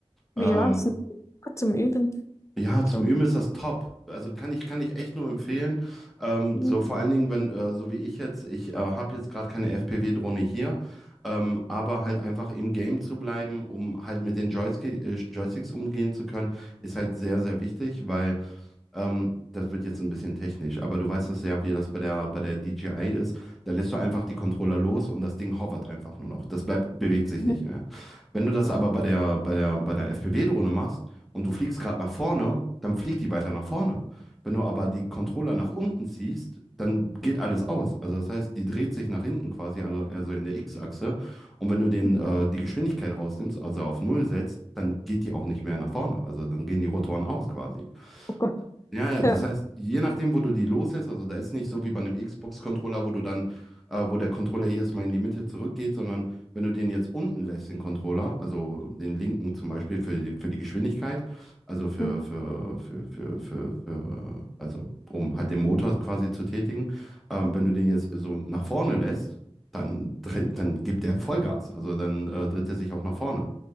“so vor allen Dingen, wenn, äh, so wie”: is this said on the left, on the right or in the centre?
Centre